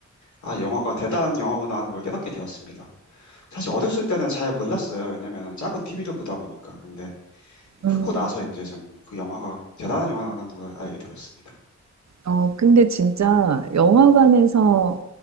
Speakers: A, on the left; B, on the right.
A: 아 영화가 대단한 영화구나 하는 걸 깨닫게 되었습니다. 사실 어렸을 때는 잘 몰랐어요. 왜냐면 작은 TV를 보다 보니까 근데
B: 음.
A: 크고 나서 이제 좀 그 영화가 대단한 영화라는 걸 알게 되었습니다.
B: 어, 근데 진짜 영화관에서